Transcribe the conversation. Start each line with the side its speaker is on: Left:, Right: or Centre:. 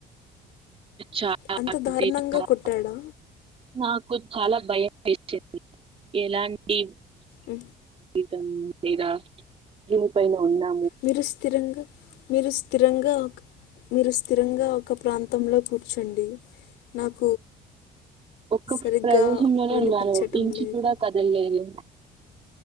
Right: చాలా
Left: అంత
Right: అంటే
Left: దారుణంగా
Right: చ
Left: కొట్టాడా
Right: నాకు చాలా భయం వేసింది ఎలాంటి
Left: ఉ
Right: టుంది ఇగ లేదా <unintelligible> పై లో వున్నా
Left: మీరుస్థిరంగా మీరు స్థిరంగా ఒక మరుస్థి రంగా ఒక ప్రాంతంలో కూర్చోండి నాకు
Right: ఒక్క
Left: సరిగ్గా
Right: ప్రదేశంలోనే
Left: వినిపించటం
Right: ఉన్నాను ఇంచి
Left: లేదు
Right: కూడా కదలలేదు